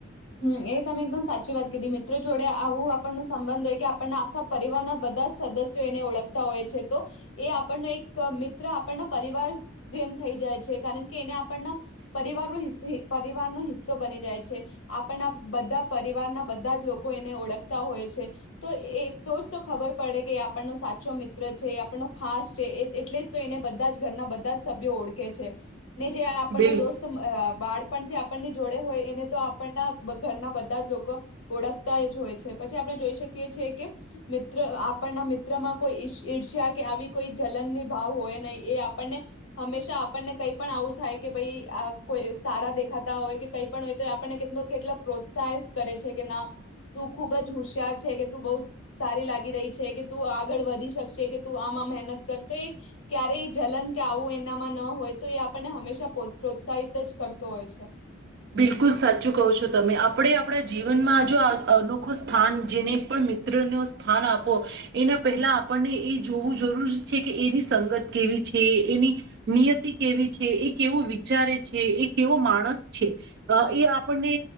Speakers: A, on the left; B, on the right.
A: હમ એ તમે એકદમ સાચી વાત કીધી મિત્રો જોડે આવું આપણનો સંબંધ હોય કે આપણના આખા પરિવારના બધા જ સદસ્યો એને ઓળખતા હોય છે તો, એ આપણનો એક મિત્ર આપણના પરિવાર જેમ થઈ જાય છે કારણ કે એને આપણના, પરિવારનો પરિવારનો હિસ્સો બની જાય છે. આપણના બધા પરિવારના બધા જ લોકો એને ઓળખતા હોય છે, તો એ તો જ તો ખબર પડે કે આપણનો સાચો મિત્ર છે આપણનો ખાસ છે એટલે જ તો એને બધા જ ઘરના બધા જ સભ્યો ઓળખે છે. ને જે આપણનો
B: બિલકુલ
A: દોસ્ત બાળ પણ તે આપણની જોડે હોય એને તો આ આપણના ઘરના બધા જ લોકો ઓળખતા જ હોય છે પછી આપણે જોઈ શકીએ છીએ કે મિત્ર આપણના મિત્રમાં કોઈ ઈ ઈર્ષ્યા કે આવી કોઈ જલનની ભાવ હોય નહીં એ આપણને હંમેશા આપણને કઈ પણ આવું થાય કે ભઈ આ કોઈ સારા દેખાતા હોય કે કઈ પણ હોય તો આપને કેટલો કેટલો પ્રોત્સાહિત કરે છે કે ના તું ખુબ જ હુશિયાર છે કે તું બઉ સારી લાગી રહી છે કે તું આગળ વધી શકશે કે તું આમાં મહેનત કર તો એ ક્યારેય જલન કે આવું એનામાં ન હોય તો એ આપણને હંમેશા પો પ્રોત્સાહિત જ કરતો હોય છે.
B: બિલકુલ સાચું કહો છો તમે આપણે આપણા જીવનમાં જો આ <unintelligible> સ્થાન જેને પણ મિત્રને સ્થાન આપો એના પહેલા આપણને એ જોવું જરૂરી છે કે એની સંગત કેવી છે એની નિયતિ કેવી છે એ કેવો વિચારે છે એ કેવો માણસ છે એ આપણને